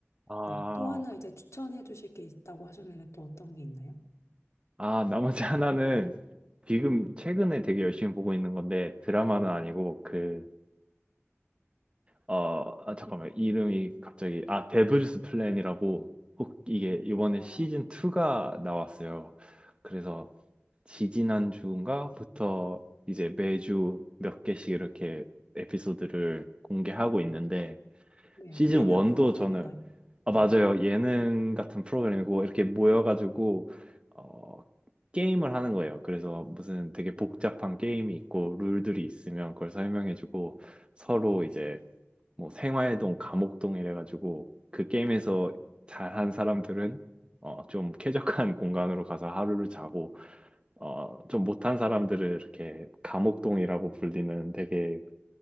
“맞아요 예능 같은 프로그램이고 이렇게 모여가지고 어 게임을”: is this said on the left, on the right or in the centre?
Right